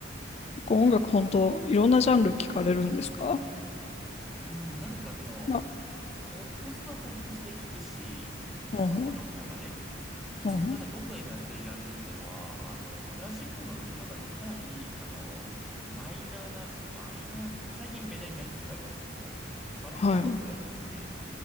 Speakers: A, on the left; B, in the centre.
A: 結構音楽本当、いろんなジャンル聞かれるんですか
B: うん、なんかその、
A: あ、
B: ポップスはポップスで聞くし、
A: うんうん、
B: あロックとかね。うん、
A: うんほん。
B: ただ僕が今やってるジャンルっていうのは、あの、クラシック音楽の中でもかなり、あの、マイナーな、マイナー、最近メジャーになりつつあるんですけども、バロック音楽をやってるので、
A: はい。